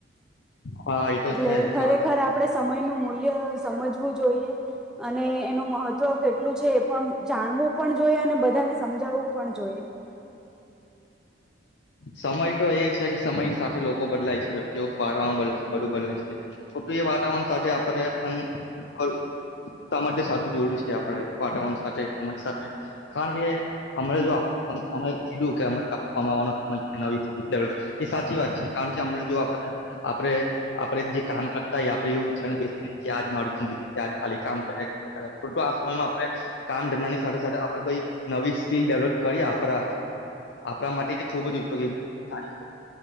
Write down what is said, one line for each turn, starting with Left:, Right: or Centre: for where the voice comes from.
Left: હા એ તો
Centre: એટલે
Left: છે
Centre: ખરેખર
Left: કારણ
Centre: આપડે સમય નું મૂલ્ય સમજવું જોઈએ અને એનું મહત્વ કેટલું છે એ પણ જાણવું પણ જોઈએ અને બધાને સમજાવવું પણ જોઈએ.
Left: સમય તો એ છે કે સમયની સાથે લોકો બદલાય છે લખજો વાતાવરણ બદલાય છે બધું બદલાય છે તો એ વાતાવરણ સાથે આપરે એમ કરું તમા માટે સારું જરૂરી છે આપડે વાતાવરણ સાથે સમય સાથે. કારણ કે અમે જો અમને જોમે કીધું કે અ કપવામાંવાનું વી <unintelligible> એ સાચી વાત છે કારણ કે હમણા જો આપણે આપડે આપડે જે કામ કરતાય આપડે એવું વિચાર બેસીઐ કે આજ મારી જિંદગી આજ ખાલી કામ ખોટું આ સમયમાં આપડે કામ ધંધાની સાથે સાથે આપડે કોઈ નવી સ્કીલ ડેવલોપ કરીએ આપડા આપડા માટે કે ખુબ જ ઉપયોગી થાય